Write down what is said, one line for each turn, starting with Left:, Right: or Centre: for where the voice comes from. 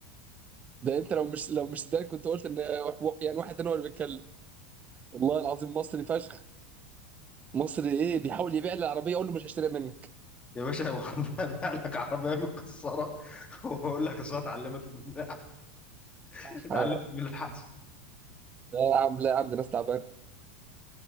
Right: ده انت لو مش لو مش سوداني كنت قلت ان يعني واحد تاني هو اللي بيتكلم والله العظيم مصري فشخ مصري ايه بيحاول يبيع لي العربيه اقول له مش هشتريها منك
Left: يا باشا <laughs> والله ابيع لك عربيه متكسره <laughs> واقول لك اصل أنا اتعلمت من <laughs>
Right: صح.
Left: اتعلمت
Right: لا
Left: من الحادثه
Right: يا عم لا يا عم ده ناس تعبانه